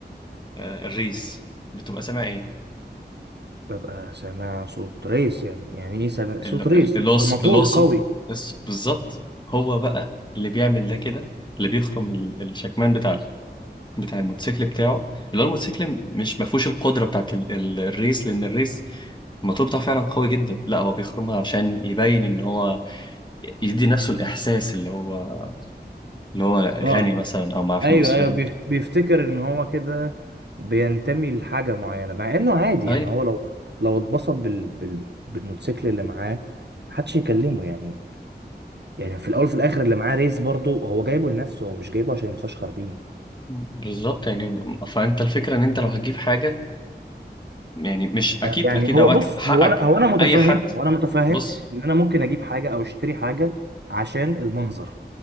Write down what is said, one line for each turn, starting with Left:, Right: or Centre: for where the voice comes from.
Left: آه، الريس بتبقى سامع ايه
Right: ببقى سامع صوت ريس يعني يعني ايه سامع صوت
Left: ال-
Right: ريس
Left: ال-
Right: صوت
Left: القص-
Right: موتور
Left: القصب
Right: موتور قوي
Left: بس- بالظبط هو بقى اللي بيعمل ده كده اللي بيخرم ال- الشكمان بتاع ال- بتاع الموتوسيكل بتاعه اللي هو الموتوسيكل مش ما فيهوش القدره بتاعت ال- ال- الريس لان الريس الموتور بتاعه فعلا قوي جدا لا هو بيخرمها عشان يبين ان هو ي- يدي نفسه الاحساس اللي هو اللي هو
Right: اه
Left: غني
Right: اه
Left: مثلا او معاه فلوس
Right: ايوه
Left: فاهم
Right: ايوه بيف- بيفتكر ان هو كده بينتمي لحاجه معينه مع انه عادي
Left: اي
Right: يعني هو لو لو اتبسط بال... بال... بالموتوسيكل اللي معاه محدش يكلمه يعني يعني في الاول وفي الاخر اللي معاه ريس برضه هو جايبه لنفسه هو مش جايبه عشان يتفشخر بيه
Left: بالظبط يعني فانت الفكره ان انت لو هتجيب حاجه يعني مش اكيد
Right: يعني
Left: اكيد
Right: هو
Left: اوقات
Right: بص
Left: حقك
Right: هو انا هو انا متفهم
Left: اي حد
Right: هو انا متفهم
Left: بص
Right: ان انا ممكن اجيب حاجه او اشتري حاجه عشان المنظر